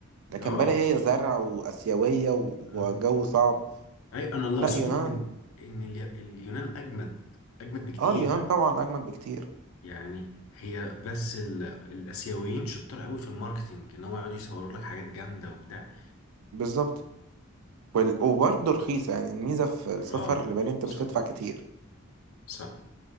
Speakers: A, on the right; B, on the left.
A: لكن
B: اه
A: بالي هي زرع وآسيوية و... وجو
B: آه.
A: صعب
B: اي انا اللي
A: لا
B: اقصده
A: يونان
B: ان ان الي- اليونان اجمد اجمد بكتير
A: اه اليونان طبعا أجمد بكتير
B: يعني هي بس ال... الاسيويين شطار قوي في الماركتينج ان هو يقعدوا يصوروا لك حاجات جامده وبتاع
A: بالظبط وال... وبرضه رخيصة يعني الميزة في السفر
B: اه
A: لبالي أنت مش
B: صح
A: هتدفع كتير
B: صح